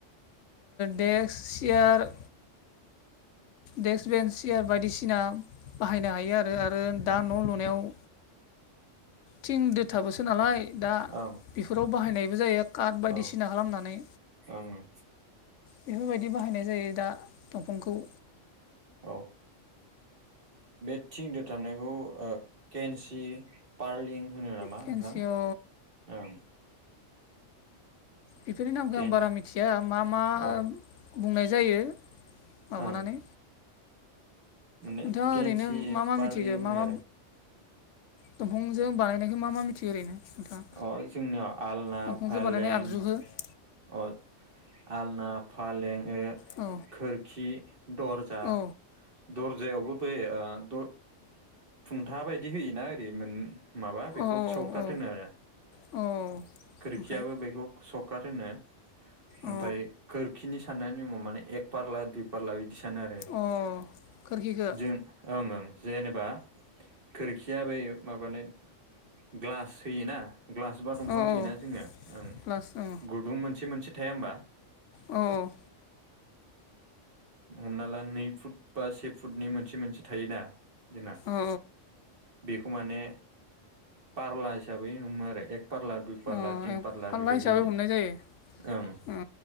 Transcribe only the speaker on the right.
ओं
औ
ओं
औ बे थिं दोथाबनायखौ केन्सि पारलिं होनो नामा
ओ ओं।
केन्स
अ
ओं माने
केन्सि
पारलिं
होनो
आरो
अ जोंनियाव आलना
फालें
अ आलना, फालें,
खोरखि, दरजा, दरजा
दर्जायावबो बै द खुंथा बायदि होयोना ओरै माबा बेखौ
सौकाट
होनो आरो।
खोरखियाबो
बेखौ सकट होनो ओमफ्राय
खोरखिनि साननायनि नेमा माने एक पारला दुय फारला बिदि सानो आरो
जों ओं ओं जेनेबा खोरखिया बै माबानो ग्लास होयोना ग्लास बा दंफां
होयोना
जोङो ओं
गुदुं मोनसे मोनसे थाया होमबा?
हमना ला नै फुट बा सेसु फुडनि मोनसे मोनसे थायोना जोंना
बेखौ माने पारला हिसाबै हमो आरो एक फारला दुइ पारला
तिन
पारला
बेबादि
होनो
ओं